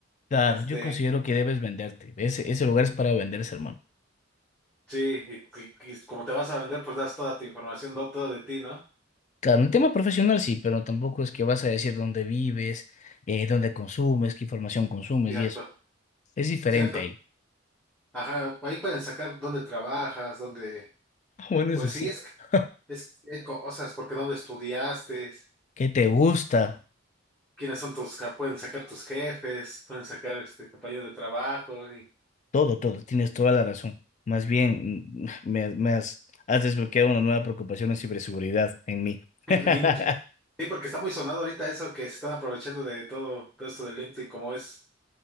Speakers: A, on the left (about 40°); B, in the centre.
A: Claro,
B: Este,
A: yo considero que debes venderte. Ese, ese lugar es para venderse, hermano.
B: sí, y, y- y como te vas a vender, pues das toda tu información, do- todo de ti, ¿no?
A: Claro, un tema profesional sí, pero tampoco es que vas a decir dónde vives, eh, dónde consumes, qué información consumes
B: Cierto,
A: y eso. Es diferente
B: cierto.
A: ahí.
B: Ajá, ahí pueden sacar dónde trabajas, dónde,
A: <laughs> Bueno,
B: pues
A: eso sí.
B: sí, es, que-
A: <laughs>
B: es que hay cosas, porque dónde estudiaste,
A: ¿Qué te gusta?
B: quiénes son tus, ja- pueden sacar tus jefes, pueden sacar este, compañeros de trabajo, y
A: Todo, todo, tienes toda la razón. Más bien, mm, me, me has, has desbloqueado una nueva preocupación en ciberseguridad en mí.
B: <laughs> en
A: <laughs>
B: LinkedIn. Sí, porque está muy sonado ahorita eso que se están aprovechando de todo, todo esto del LinkedIn, como es.